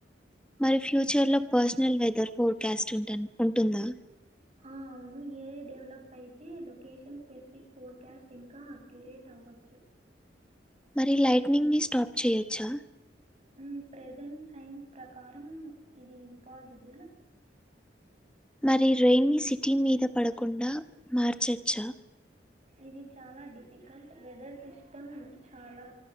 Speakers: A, in the centre; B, on the right.
A: మరి ఫ్యూచర్లో పర్సనల్ వెదర్ ఫోర్కాస్ట్ ఉటంద ఉంటుందా
B: ఆ అవును ఏ డెవలప్ అయితే లొకేషన్ స్పెసిఫిక్ ఫోర్కాస్ట్ ఇంకా అక్యురేట్ అవ్వచ్చు
A: మరి లైట్నింగ్ ని స్టాప్ చేయ్యొచ్చా
B: మ్మ్ ప్రెజెంట్ సైన్స్ ప్రకారం ఇది ఇంపాసిబుల్
A: మరి రైన్‌ సిటీ మీద పడకుండా మార్చచ్చా
B: ఇది చాలా డిఫికల్ట్ వెదర్ సిస్టమ్ చాలా